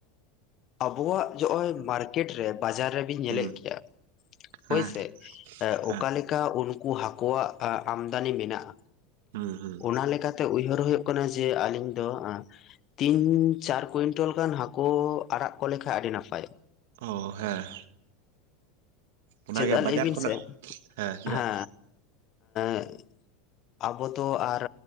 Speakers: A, on the left (about 40°); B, on the right (about 75°).
A: ᱟᱵᱚᱣᱟᱜ ᱱᱚᱜᱼᱚᱭ ᱢᱟᱨᱠᱮᱴ ᱨᱮ ᱵᱟᱡᱟᱨ ᱨᱮᱵᱤᱱ ᱧᱮᱞᱮᱫ
B: ᱦᱩᱸ
A: ᱜᱮᱭᱟ
B: ᱦᱩᱸ
A: ᱦᱳᱭᱥᱮ
B: ᱦᱮᱸ
A: ᱚᱠᱟ ᱞᱮᱠᱟ ᱩᱱᱠᱩ ᱦᱟᱹᱠᱩᱣᱟᱜ ᱟᱢᱫᱟᱱᱤ ᱢᱮᱱᱟᱜᱼᱟ
B: ᱦᱩᱸ ᱦᱩᱸ
A: ᱚᱱᱟ ᱞᱮᱠᱟᱛᱮ ᱩᱭᱦᱟᱹᱨ ᱦᱩᱭᱩᱜ ᱦᱩᱭᱩᱜ ᱠᱟᱱᱟ ᱡᱮ ᱟᱹᱞᱤᱧ ᱫᱚ ᱛᱤᱱ ᱪᱟᱨ ᱠᱩᱭᱤᱱᱴᱟᱞ ᱜᱟᱱ ᱦᱟᱹᱠᱩ ᱟᱲᱟᱜ ᱠᱚ ᱞᱮᱠᱷᱟᱡ ᱟᱹᱰᱤ ᱱᱟᱯᱟᱭᱚᱜᱼᱟ᱾
B: ᱚ ᱦᱮᱸ ᱚᱱᱟᱜᱮ
A: ᱪᱮᱫᱟᱜᱼᱟ
B: ᱵᱟᱡᱟᱨ
A: ᱞᱟᱹᱭ ᱵᱤᱱ
B: ᱠᱷᱚᱱᱟᱜ
A: ᱥᱮ
B: ᱦᱮᱸ ᱪᱮᱫᱟᱜ
A: ᱦᱮ <unintelligible> ᱟᱵᱚ ᱫᱚ ᱟᱨ